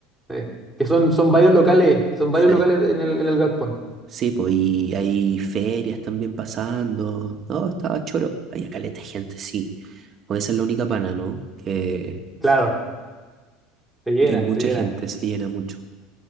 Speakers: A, in the centre; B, on the right (about 35°).
A: Eh, que son, son varios locales, son varios
B: Sí.
A: locales en el, en el galpón.
B: Sí, pues, y hay ferias también pasando. No, estaba choro. Había caleta de gente, sí. Pues esa es la única pana, ¿no? Que,
A: Claro, se llena,
B: que mucha
A: se llena.
B: gente se llena mucho.